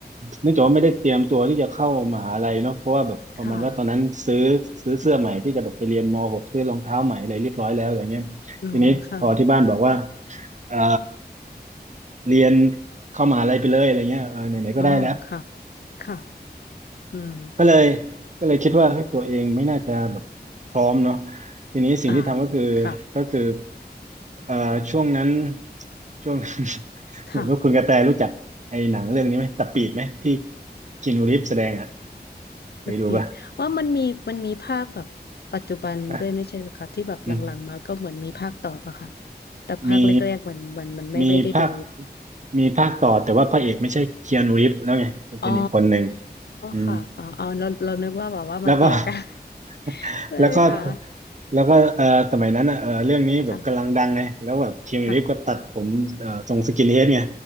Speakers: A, on the right (about 45°); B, on the left (about 70°).
A: เนื่องจากว่าไม่ได้เตรียมตัวที่จะเข้ามหาลัยเนาะเพราะว่าแบบประมาณว่าตอนนั้นซื้อซื้อเสื้อใหม่ที่จะแบบไปเรียนม
B: ค่ะ
A: .6 ซื้อรองเท้าใหม่อะไรเรียบร้อยแล้วอะไรเงี้ยทีนี้พอที่บ้านบอกว่า
B: อืมค่ะ
A: เอ่อเรียนเข้ามหาลัยไปเลยอะไรเงี้ยเออไหนๆก็ได้แล้ว
B: อ๋อค่ะค่ะอืม
A: ก็เลยก็เลยคิดว่าเฮ้ยตัวเองไม่น่าจะแบบพร้อมเนาะทีนี้สิ่งที่ทำก็คือ
B: อ่าค่ะ
A: ก็คือเอ่อช่วงนั้นช่วง <laughs> เหมือนว่าคุณกระแตรู้จักไอ้หนังเรื่องนี้ไหมตะปีดไหมที่
B: ค่ะ
A: คีนูรีฟแสดงอ่ะเคยดูปะ
B: สปีดว่ามันมีมันมีภาคแบบปัจจุบันด้วยไม่ใช่เหรอคะที่แบบหลังๆมาก็เหมือนมีภาคต่อปะค่ะ
A: อืม
B: แต่ภาคแรกๆเหมือนหมันมันไม่ไม่ได้ดู
A: มีมีภาคมีภาคต่อแต่ว่าพระเอกไม่ใช่เคียนูรีฟแล้วไงมันเป็นอีกคนหนึ่ง
B: อ๋อ
A: อืม
B: ค่ะอ๋อเอ๋เราเรานึกว่าแบบว่ามันต่อกัน
A: แล้วก็ <laughs>
B: <laughs> เลยค่ะ
A: แล้วก็ แล้วก็เออสมัยนั้นอ่ะเออเรื่องนี้แบบกำลังดังไงแล้วแบบคีนูรีฟก็ตัดผมเออทรงสกินเฮดไง
B: ค่ะค่ะ